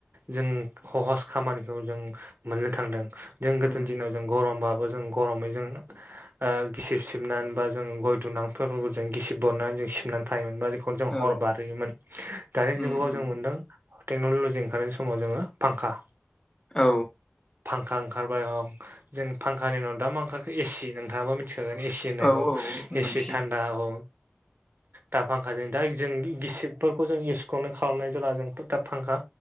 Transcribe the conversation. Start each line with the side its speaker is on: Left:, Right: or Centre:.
Right: जों ह'हस खामानिखौ जों मोननो थांदों जों गोदोनि
Left: उम
Right: दिनाव जों गरमबाबो जों गरमै जों ओ गिसिब सिबनानै बा जों गय दुनाफोरखौ जों गिसिब बनायनानै जों सिबनानै थायोमोन बा जों हर जों
Left: औ
Right: हर बारहोयोमोन दानि जुगाव
Left: उम उम
Right: जों मोनदों टेक्न'ल'जि ओंखारनाय समाव जोङो फांखा
Left: औ।
Right: फांखा ओंखारबाय अ जों फांखानि उनाव दा मा ओंखारखो एसि नोंथाङाबा मिथिखागोन एसि होननायखौ
Left: औ औ मोनथियो
Right: ए सि थान्दा औ
Left: <inaudible>
Right: दा फांखाजों दा जों गिसिबफोरखौ जों इउसखौनो खालामनाय जाला जों दा फांखा